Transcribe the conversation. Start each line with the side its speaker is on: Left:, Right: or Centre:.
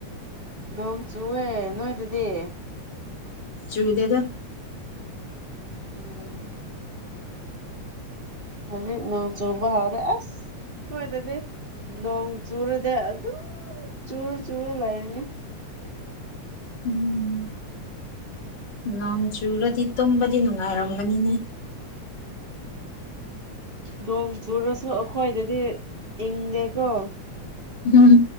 Right: ꯅꯣꯡ ꯆꯨꯑꯦ ꯅꯣꯏꯗꯗꯤ꯫
Left: ꯆꯨꯝꯗꯦꯗꯥ
Right: ꯎꯝ ꯍꯧꯖꯤꯛ ꯅꯣꯡ ꯆꯨꯕꯥ ꯍꯥꯎꯔ ꯑ ꯍꯣꯏ ꯑꯗꯨꯗꯤ ꯅꯣꯡ ꯆꯨꯔꯗꯤ ꯑꯗꯨꯝ ꯆꯨꯔ ꯆꯨꯔ ꯂꯩꯔꯅꯤ꯫
Left: ꯎꯝ ꯅꯣꯡ ꯆꯨꯔꯗꯤ ꯇꯨꯝꯕꯗꯤ ꯅꯨꯡꯉꯥꯏꯔꯝꯒꯅꯤꯅꯦ꯫
Right: ꯅꯣꯡ ꯆꯨꯔꯁꯨ ꯑꯩꯈꯣꯏꯗꯗꯤ ꯏꯪꯗꯦꯀꯣ꯫
Left: ꯎꯝ